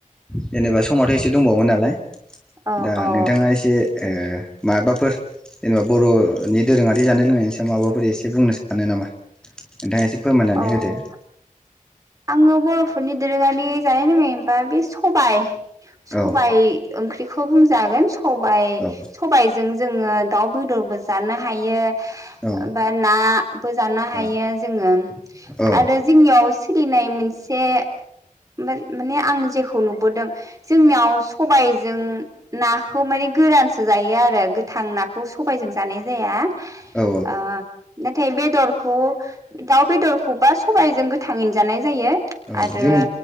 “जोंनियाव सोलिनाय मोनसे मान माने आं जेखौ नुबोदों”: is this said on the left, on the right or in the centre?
Right